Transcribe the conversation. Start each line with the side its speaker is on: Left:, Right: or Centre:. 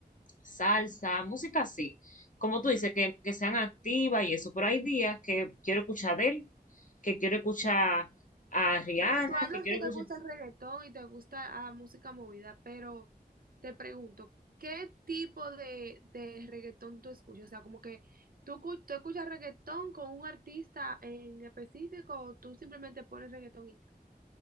Left: salsa, música así. Como tú dices, que, que sean activas y eso. Pero hay días que quiero escuchar a él, que quiero escuchar a Rihanna,
Right: Pero tú hablas
Left: que quiero
Right: que
Left: escuchar.
Right: te gusta el reggaetón y te gusta la música movida, pero te pregunto, ¿qué tipo de, de reggaetón tú escuchas? O sea, como que tú, cu- tú escuchas reggaetón con un artista en específico o tú simplemente pones reggaetón y ya.